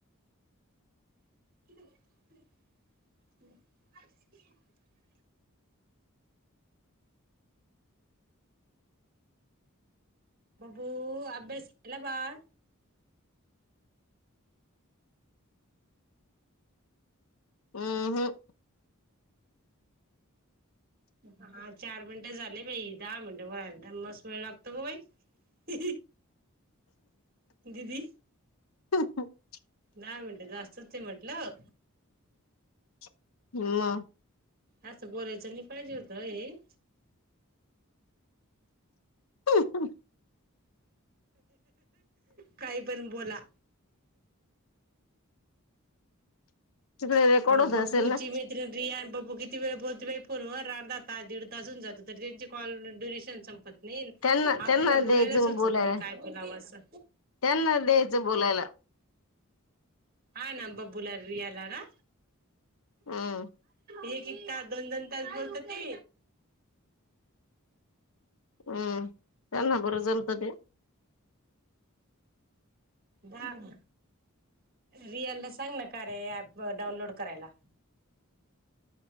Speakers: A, on the right (about 45°); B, on the left (about 75°).
A: <inaudible> बबू अभ्यास केला बाळ?
B: अम्म हं.
A: हा चार मिनटं झाले बाई दहा मिनटं बदम <unintelligible> मस वेळ लागतो ग बाई दिदी
B: हा हा <unintelligible>
A: दहा मिनटे जास्तच ये म्हटलं
B: म
A: असं बोलायचं नाही पाहिजे होतं हो हे
B: ह <unintelligible>
A: काही पण बोला
B: तिकडे रेकॉर्ड
A: हा
B: होत
A: बब्बूची
B: असेल ना
A: मत्री रिया आणि बब्बू किती वेळ बोल तुम्ही फोनवर अर्धा तास दीड तास होऊन जातात तर यांची कॉल दूरदर्शन संपत नाही नाही
B: त्यांना त्यांना
A: आपल्याला बोलायला
B: द्यायचं
A: सुचत
B: बोलायला
A: नाही काय बोलावं असं
B: त्यांना द्यायचं बोलायला
A: हा ना ब्बुला रियाला ना
B: हम्म
A: एक एक तास दोन दोन तास बोलत ते
B: हम्म त्यांना बरं जमतं ते
A: थांब रिअल ला सांग ना कार्या ऍप डाउनलोड करायला